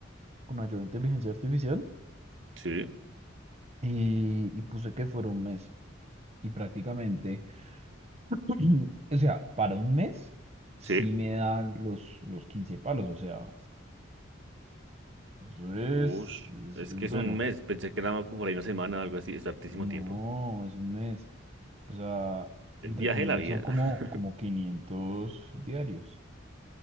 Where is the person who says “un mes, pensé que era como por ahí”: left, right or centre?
Right